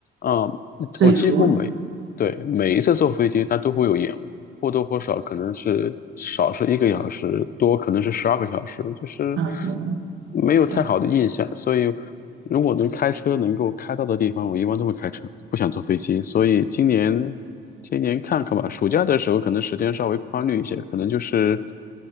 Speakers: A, on the left (about 50°); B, on the right (about 65°).
A: 嗯，
B: 所以服务，
A: 我几乎每，对，每一次坐飞机它都会有延误，或多或少可能是少是一个小时，多可能是十二个小时，就是
B: 嗯，
A: 没有太好的印象。
B: 对
A: 所以如果能开车能够开到的地方，我一般都会开车，不想坐飞机。所以今年今年看看吧，暑假的时候可能时间稍微宽裕一些，可能就是。